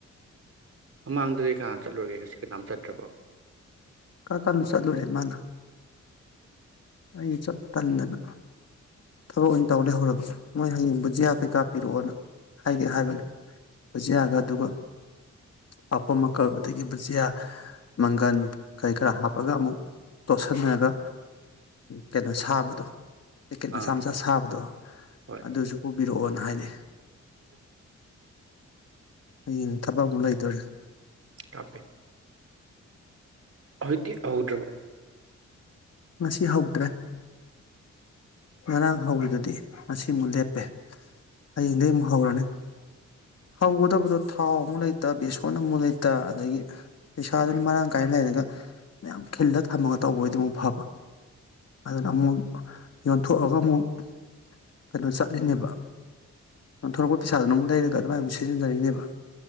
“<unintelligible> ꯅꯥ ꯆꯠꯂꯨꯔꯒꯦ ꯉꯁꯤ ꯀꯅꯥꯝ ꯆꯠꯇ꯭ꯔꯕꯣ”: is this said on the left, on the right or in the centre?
Right